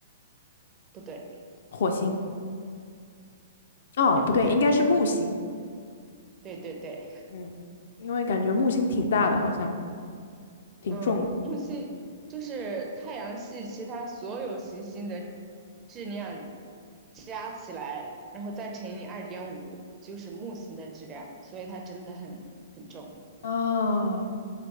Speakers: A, on the right (about 25°); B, on the left (about 55°).
A: 不对，
B: 火星？哦，
A: 也不对，
B: 不对，应该是木星。
A: 对对对，
B: 嗯，因为感觉木星挺大的，好像挺重的。
A: 嗯，木星就是太阳系其他所有行星的质量加起来，然后再乘以二点五，就是木星的质量，所以它真的很很重。
B: 啊。